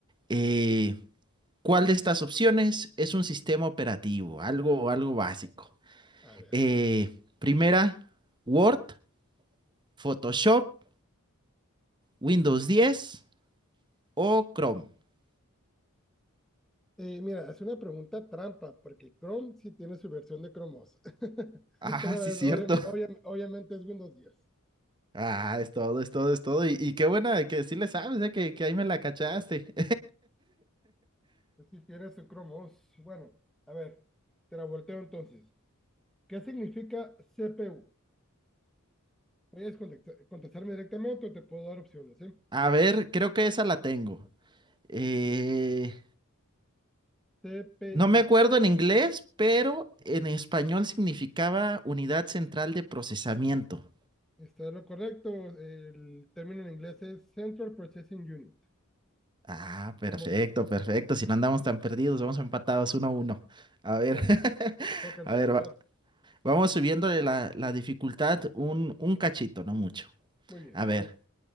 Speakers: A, on the right; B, in the centre.
A: eh, ¿cuál de estas opciones es un sistema operativo? Algo, algo básico.
B: a ver.
A: Eh, primera, Word, Photoshop, Windows 10 o Chrome. <laughs>
B: Eh, mira, es una pregunta trampa, porque Chrome sí tiene su versión de Chrome OS. <laughs>
A: Ah,
B: Pero
A: sí,
B: es
A: cierto.
B: obvia- obvia- obviamente es Windows 10. Es
A: Ah, es todo, es todo, es todo. Y, y qué buena que sí le sabes, eh, que, que ahí me la cachaste.
B: decir, tiene su Chrome OS. Bueno, a ver, te la volteo entonces. ¿Qué significa CPU? Puedes contestar- contestarme directamente o te puedo dar opciones,
A: <laughs>
B: ¿eh?
A: A ver, creo que esa la tengo. Eh,
B: CPU.
A: no me acuerdo en inglés, pero en español significaba unidad central de procesamiento.
B: Está lo correcto. El término en inglés es Central Processing Unit.
A: Ah, perfecto,
B: Vamos bien.
A: perfecto. Si no andamos tan perdidos, vamos empatados uno a uno. A ver,
B: Bueno,
A: <laughs>
B: me toca entonces.
A: a ver,
B: A
A: va-
B: ver.
A: vamos subiéndole la, la dificultad un, un cachito, no mucho.
B: Muy bien,
A: A
B: a
A: ver,
B: ver.